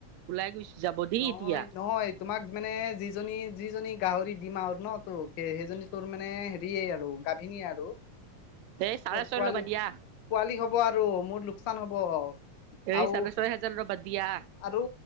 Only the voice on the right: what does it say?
ওলাই গৈছ যাব দি
এতিয়া।
<unintelligible> চাৰে
ছয় ল'বা দিয়া
এই
চাৰে ছয় হাজাৰ ল'বা
দিয়া